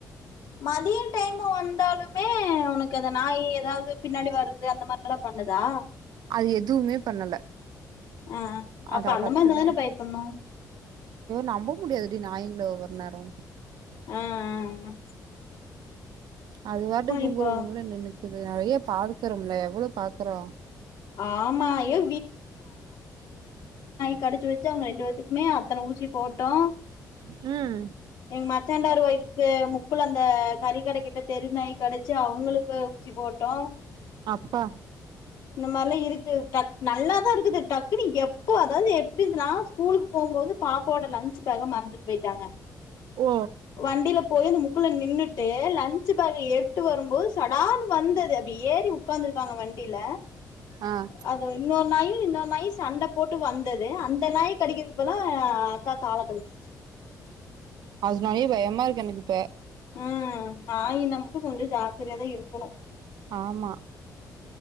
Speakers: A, on the left; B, on the right.
A: மதிய டைமு வந்தாலுமே உனக்கு எதன் நாயி ஏதாவது பின்னாடி வருது அந்த மார் அதுலா பண்ணுதா
B: அது எதுமே பண்ணல
A: ஆ அப்ப
B: அதா
A: அந்த
B: பத்துன
A: மாரி இருந்தாதான பயப்படுனும்
B: நம்ப முடியாதுடி நாயிங்கள ஒவ்வொரு நேரோ
A: அ அ அ
B: அது வாட்டுக் <unintelligible>
A: இப்போ
B: இது நெறைய பாக்குறோம்ல எவ்வளோ பாக்குறோ
A: ஆமா ஐயோ கடுச்சு வெச்சு அவுங்க ரெண்டு வேத்துக்குமே அத்தன ஊசி போட்டோ
B: ம்
A: எங்க மச்சாண்டார் ஒய்ஃப்க்கு முக்குள்ள அந்த கறி கடை கிட்ட தெருநாய் கடுச்சு அவங்களுக்கு ஊசி போட்டோ
B: அப்பா
A: இந்த மாரிலா இருக்கு டக் நல்லாதா இருக்குது டக்குனு எப் எப்போ அதாவது எப்புடின்னா ஸ்கூலுக்குப் போகும்போது பாப்போட லன்சு பேக மறந்துட்டு போயிட்டாங்க
B: ஓ
A: வண்டில போய் அந்த முக்குள நின்னுட்டு லன்ச்சு போக எட்டு வரும்போது சடான் வந்தது அப்டி ஏறி உக்காந்துருக்காங்க வண்டில
B: ஆ
A: அது இன்னொர் நாயி தோ மாயி சண்ட போட்டு வந்தது அந்த நாயி கடிக்குறதுக்கு பதிலா அக்கா கால கடுச்சுருச்சு
B: அதுனாலயே பயமா இருக்கு எனக்கு இப்ப
A: ஆ நாயினா மட்டு கொஞ்சோ ஜாக்குரதையாதா இருக்குணு
B: ஆமா